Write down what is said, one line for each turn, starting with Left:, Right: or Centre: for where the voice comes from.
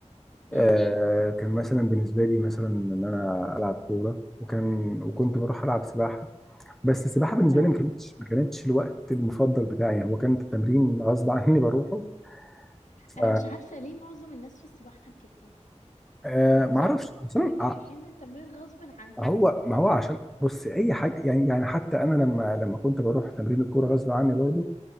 Left: امم
Centre: آه، كان مثلا بالنسبه لي مثلا ان انا العب كوره وكان وكنت بروح العب سباحه بس السباحه بالنسبه
Left: اه
Centre: لي ما كانتش ما كانتش الوقت المفضل بتاعي هو كان التمرين غصب عني بروحه ف
Left: انا مش عارفه ليه معظم الناس في السباحه كده
Centre: آه،
Left: معظمهم
Centre: ما اعرفش بس أنا-
Left: بيبقوا
Centre: آه،
Left: رايحين التمرين غصب عنهم
Centre: هو
Left: فاهمني
Centre: ما هو عشان بص اي حاجه يعني يعني حتى انا لما لما كنت بروح تمرين الكوره غصب عني برضو